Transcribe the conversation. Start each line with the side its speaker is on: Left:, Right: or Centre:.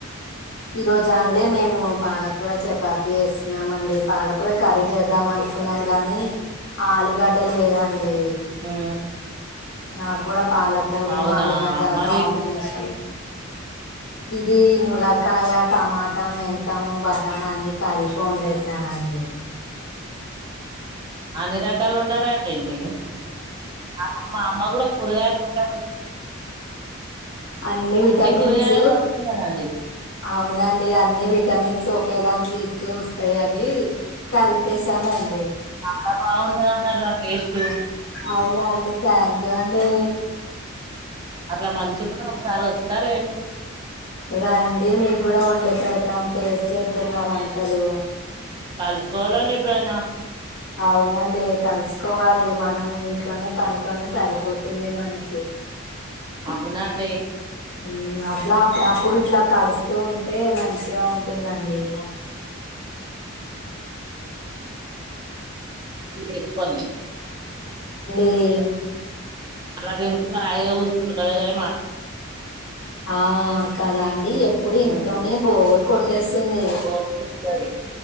Left: ఈ రోజ అండి మేము పాలకూర చపాతి చేస్తున్నామ అండి పాలకూర కర్రీ చే వద్దాం అనుకున్నాం కానీ ఆలుగడ్డ లేదండి
Right: ఉమ్,
Left: నాకు కూడా పాలకూరును
Right: అవునా
Left: అలిగడ్
Right: మరి
Left: కాంబినేషన్ ఇది ములకాయ టమాటా మెంతము బటాన్ అన్ని కలిపి వాడేశానండి
Right: అన్ని రకాలు <unintelligible> అప్పుడు మా అమ్మ కూడా కూరగాయలు <inaudible>
Left: అన్ని విటమిన్స్
Right: కూరగాయలు వండుతున్నదండి
Left: అవునండి అన్ని విటమిన్స్ ఒకే దాంట్లో చూస్తాయని కలిపేశాను అండి
Right: చాలా బాగుంట <unintelligible> అలా టేస్ట్
Left: అవునా అండి థ్యాంక్ యూ అండి
Right: అట్లా మంచి కూడా ఒకసారి వస్తా లేండి
Left: రండి మీకు కూడా ఉం పెడతాం టేస్ట్ చెద్దురు నా వంటలు
Right: కలుసుకోవాలండి ఎప్పుడైనా
Left: అవునండి కలుసుకోవాలి మనం ఇంట్లోనే పనితోనే సరిపోతుంది మనకి
Right: అవునా అండి
Left: ఊ మ్ అట్లా అప్పుడప్పుడు ఇట్లా కలుస్తూ ఉంటే మంచిగా ఉన్ ఉంటుంది అండి
Right: చేసుకోని
Left: ఏం
Right: మళ్ళ తెనుకు రాయ కడ
Left: ఆ కద అండి ఎప్పుడు
Right: ఉమ్
Left: ఇంట్లోనే బోర్ కోటెస్ స్తుంది
Right: బాగుంటది.